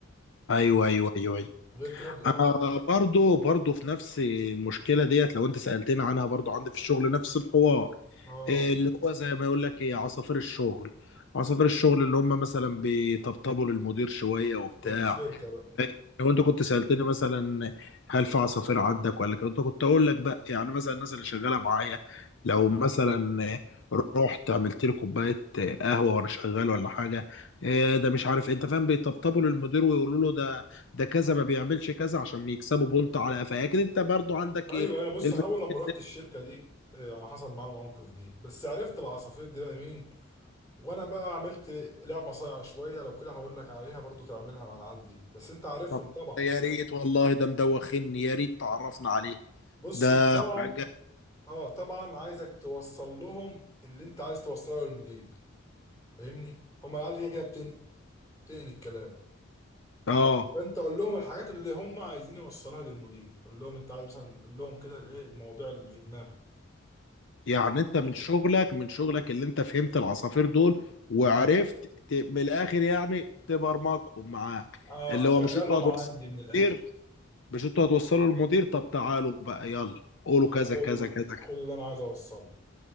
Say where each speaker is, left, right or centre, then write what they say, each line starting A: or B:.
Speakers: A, on the left; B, on the left.
A: ايوه
B: غير
A: ايوه ايوه ايوه
B: كده غير كده.
A: انا برضو برضو في نفس المشكله ديت لو انت سالتني عنها برضو عندي في الشغل نفس الحوار
B: اه
A: إيه اللي هو زي ما يقول لك ايه عصافير الشغل عصافير الشغل اللي هم مثلا بيطبطبوا للمدير شويه وبتاع
B: بتوع الشركه بقى
A: لو انت كنت سألتني مثلا هل في عصافير عندك ولا كنت كنت اقول لك بقى يعني مثلا الناس اللي شغاله معايا لو مثلا رحت عملت لي كوبايه قهوه وانا شغال ولا حاجه إيه ده مش عارف انت فاهم بيطبطبوا للمدير ويقولوا له ده ده كذا ما بيعملش كذا عشان يكسبوا بونت على قفاه لكن انت برضو عندك
B: ايوه
A: ايه
B: انا بص
A: المشاكل
B: انا اول لما رحت
A: دي.
B: الشركه دي آه، انا حصل معايا المواقف دي بس عرفت العصافير دي بقى مين وانا بقى عملت لعبه صايعه شويه لو كده هقول لك عليها برضو تعملها مع العيال دي بس انت عارفهم
A: طب
B: طبعا
A: يا ريت والله ده مدوخني يا ريت تعرفنا عليه
B: بص
A: ده
B: انت طبعا
A: حاجه
B: اه طبعا عايزك توصل لهم اللي انت عايز توصله للمدير فاهمني هما العيال دي كده بتنقل بتنقل الكلام
A: اه
B: فانت قول لهم الحاجات اللي هم عايزين يوصلوها للمدير قول لهم انت عايز مثلا قول لهم كده ايه المواضيع اللي في دماغك
A: يعني
B: طيب.
A: انت من شغلك من شغلك اللي انت فهمت العصافير دول وعرفت ت- من الاخر يعني تبرمجهم معاك
B: اه
A: اللي
B: اشغلهم
A: هو مش انتوا هتوصلوا
B: عندي من الاخر
A: للمدير مش انتوا هتوصلوا للمدير طب تعالوا بقى يلا قولوا
B: خده
A: كذا كذا
B: بقى
A: كذا
B: خد
A: كذا
B: اللي انا عايز اوصله